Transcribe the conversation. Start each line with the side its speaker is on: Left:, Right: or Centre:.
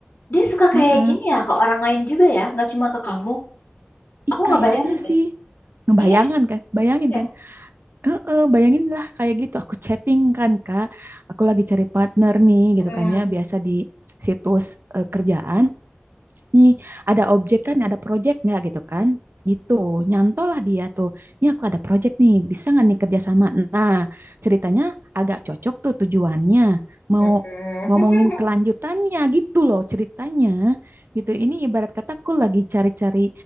Left: dia suka
Right: Heeh.
Left: kayak gini ya ke orang lain juga ya, nggak cuma ke kamu. Aku
Right: Ih,
Left: nggak
Right: kayaknya
Left: bayangin deh.
Right: sih ngebayangan
Left: Ih,
Right: kan bayangin
Left: ya.
Right: kan eh eh, bayangin lah kayak gitu aku chatting kan kak aku lagi cari partner nih
Left: Mm,
Right: gitu kan ya biasa di situs eh, kerjaan nih ada objek kan, ada project nggak gitu kan? Gitu, nyantol lah dia tuh. Ini aku ada project nih, bisa nggak nih kerjasama? Nah, ceritanya agak cocok tuh tujuannya. Mau
Left: mm-mm.
Right: ngomongin
Left: <laughs>
Right: kelanjutannya gitu loh ceritanya. Gitu, ini ibarat kata aku lagi cari-cari